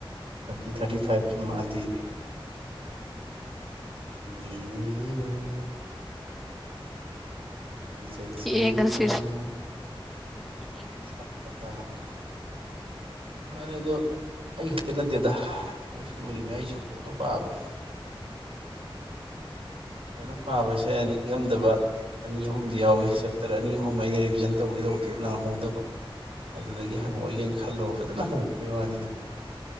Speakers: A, on the right (about 75°); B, in the centre.
A: ꯊꯥꯔꯇꯤ ꯊꯥꯔꯇꯤ ꯐꯥꯏꯚ ꯆꯨꯝꯃꯛꯑꯗꯤ ꯌꯦꯡꯉꯨ ꯌꯦꯡꯉꯨ ꯔꯤꯖꯜꯁꯤ
B: ꯌꯦꯡ
A: ꯌꯦꯡꯉꯨ
B: ꯉꯁꯤꯁꯦ ꯎꯝ
A: ꯁꯛꯄ ꯇꯥꯕꯅꯦ ꯃꯥꯅꯦ ꯑꯗꯣ ꯑꯩ ꯈꯛꯇ ꯅꯠꯇꯦꯗ ꯃꯣꯏꯁꯨ ꯂꯨꯔꯤꯅꯤ ꯑꯩꯁꯨ ꯐꯖꯅ ꯄꯥꯕꯅꯦ ꯑꯗꯨꯝ ꯄꯥꯕꯁꯦ ꯅꯤꯉꯝꯗꯕ ꯑꯅꯤ ꯑꯍꯨꯝꯗꯤ ꯌꯥꯎꯋꯤ ꯆꯦꯞꯇꯔ ꯑꯅꯤ ꯑꯍꯨꯝ ꯑꯩꯅ ꯔꯤꯚꯤꯖꯟ ꯇꯧꯒꯦꯗꯧꯕꯗꯨ ꯅꯪꯍꯧꯗꯕ ꯑꯗꯨꯗꯒꯤ ꯍꯪꯉꯛꯑꯣꯏꯒꯦꯅ ꯈꯜꯂꯨ ꯐꯖꯅ ꯍꯪꯉꯛꯄꯩ ꯋꯥꯅꯤꯗ